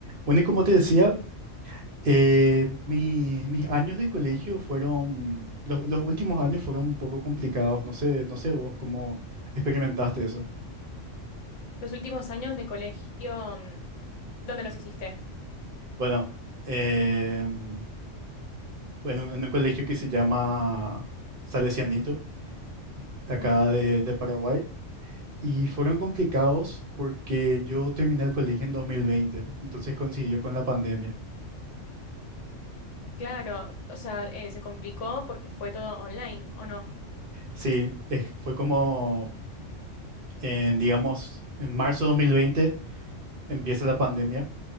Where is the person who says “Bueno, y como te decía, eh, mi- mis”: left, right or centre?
Right